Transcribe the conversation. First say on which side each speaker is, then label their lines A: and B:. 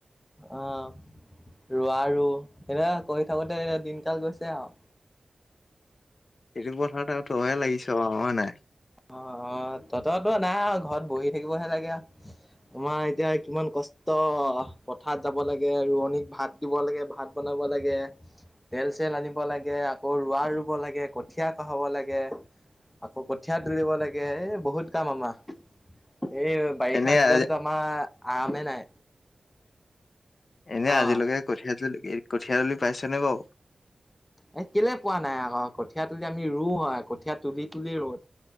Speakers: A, on the left; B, on the left.
A: অ', ৰোৱা ৰুওঁ। সেনেকা কৰি থাকোঁতে দিনকাল গৈছে আৰু।
B: খেতি পথাৰত আৰু তইয়ে লাগিছ হয় নাই।
A: অ অ তইতো নাই অহা ঘৰত বহি থাকিবহে লাগে আৰু। তোমাৰ এতিয়া কিমান কষ্ট পথাৰত যাব লাগে ৰোৱনীক ভাত দিব লাগে ভাত বনাব লাগে। তেল চেল আনিব লাগে আকৌ ৰোৱা ৰুব লাগে কঠিয়া কহাব লাগে। আকৌ কঠীয়া তুলিব লাগে এই বহুত কাম আমাৰ এই বাৰিষা
B: এনে
A: চিজনত
B: আজি
A: আমাৰ আৰামে নাই।
B: এনেই
A: অ
B: আজিলৈকে কঠিয়া তুলি কঠিয়া তুলি পাইছনে বাৰু?
A: এ কেলে পোৱা নাই আকৌ কঠীয়া তুলি আমি ৰুওঁ হয় কঠীয়া তুলি তুলি ৰুওঁ।